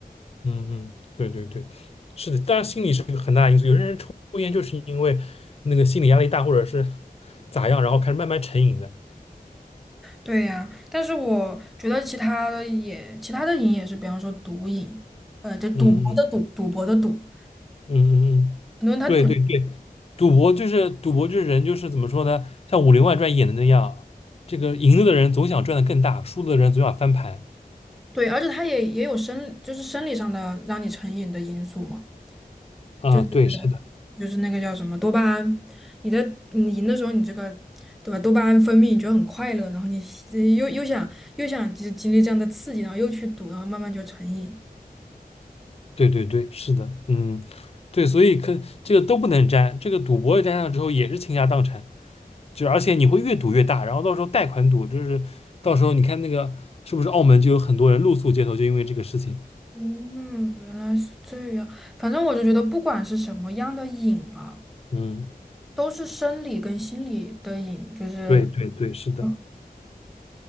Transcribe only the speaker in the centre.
对呀，但是我觉得其他的也，其他的瘾也是，比方说毒瘾，呃，就赌博的赌，
赌博的赌，
很多人他赌，
对，而且他也也有生，就是生理上的让你成瘾的因素嘛，
就是
就是那个叫什么多巴胺，你的你赢的时候，你这个对吧，多巴胺分泌，你觉得很快乐，然后你呃又又想又想经经历这样的刺激，然后又去赌，然后慢慢就成瘾。
嗯，原来是这样。反正我就觉得，不管是什么样的瘾啊。
都是生理跟心理的瘾，就是
嗯